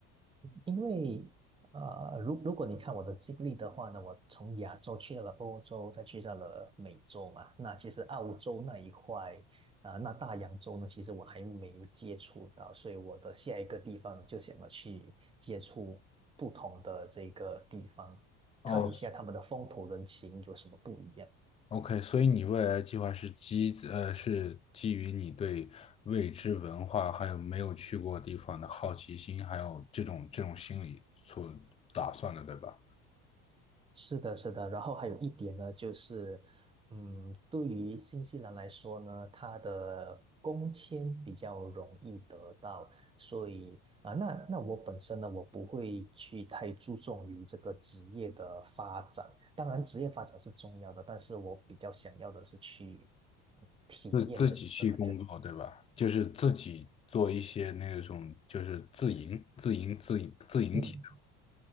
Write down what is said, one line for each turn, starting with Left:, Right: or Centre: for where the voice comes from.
Right: 因为呃，如如果你看我的经历的话呢，我从亚洲去到了欧洲，再去到了美洲嘛，那其实澳洲那一块啊、呃那大洋洲呢，其实我还没接触到，所以我的下一个地方呢就想要去接触不同的这个地方，看一下他们的风土人情有什么不一样。
Left: 哦。OK，所以你未来的计划是基呃是基于你对未知文化还有没有去过地方的好奇心，还有这种这种心理所打算的，对吧？
Right: 是的，是的，然后还有一点呢，就是，嗯，对于新西兰来说呢，它的工签比较容易得到，所以啊、那那我本身呢，我不会去太注重于这个职业的发展，当然职业发展是重要的，但是我比较想要的是去体验人生嘛，
Left: 自自己去工作，
Right: 就
Left: 对吧？就是自己做一些那种就是自营、自营、自营、自营体
Right: 嗯。